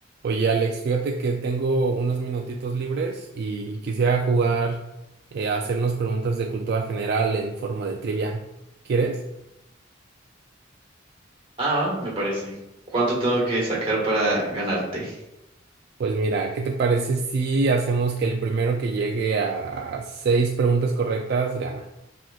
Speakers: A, on the right (about 55°); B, on the right (about 30°).
A: Oye, Alex, fíjate que tengo unos minutitos libres y quisiera jugar eh, a hacernos preguntas de cultura general en forma de trivia. ¿Quieres?
B: Ah, va, me parece. ¿Cuánto tengo que sacar para ganarte?
A: Pues mira, ¿qué te parece si hacemos que el primero que llegue a seis preguntas correctas gana?